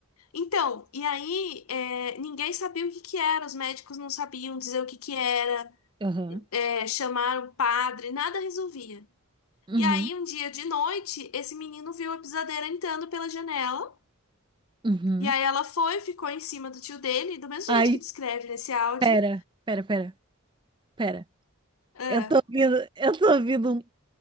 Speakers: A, on the left (about 80°); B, on the right (about 20°).
A: Então, e aí, é, ninguém sabia o que que era, os médicos não sabiam dizer o que que era,
B: Aham.
A: é, chamaram o padre, nada resolvia.
B: Uhum.
A: E aí, um dia de noite, esse menino viu a pisadeira entrando pela janela.
B: Uhum.
A: E aí ela foi, ficou em cima do tio dele, do mesmo
B: Ai,
A: jeito que descreve nesse áudio.
B: pera, pera, pera, pera.
A: Ah.
B: Eu tô ouvindo, eu tô ouvindo, um-